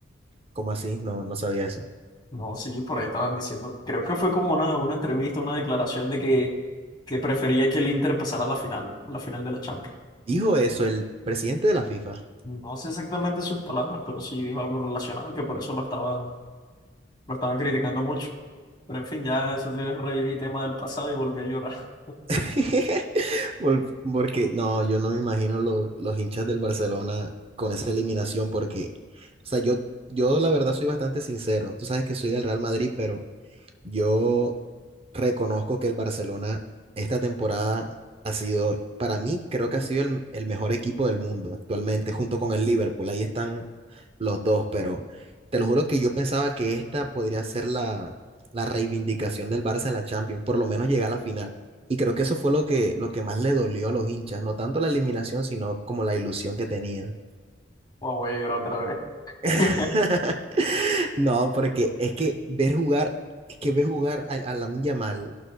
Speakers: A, on the right; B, on the left.
A: ¿cómo así? No, no sabía eso.
B: No, sí, por ahí estaban diciendo, creo que fue como una, una entrevista, una declaración de que, que prefería que el Inter pasara a la final, la final de la Champions.
A: Dijo eso el presidente de la FIFA.
B: No sé exactamente sus palabras, pero sí dijo algo relacionado, que por eso lo estaban, lo estaban criticando mucho. Pero en fin, ya eso se reviví tema del pasado y volví a llorar.
A: <laughs> Por- Porque no, yo no me imagino lo- los hinchas del Barcelona con esa eliminación, porque, o sea, yo, yo la verdad soy bastante sincero. Tú sabes que soy del Real Madrid, pero yo reconozco que el Barcelona esta temporada ha sido, para mí, creo que ha sido el, el mejor equipo del mundo actualmente, junto con el Liverpool. Ahí están los dos, pero te lo juro que yo pensaba que esta podría ser la, la reivindicación del Barça en la Champions, por lo menos llegar a la final. Y creo que eso fue lo que, lo que más le dolió a los hinchas, no tanto la eliminación, sino como la ilusión que tenían.
B: <laughs> Guau, voy a llorar otra vez.
A: <laughs>
B: <laughs>
A: No, porque es que ver jugar, es que ver jugar a, a Lamine Yamal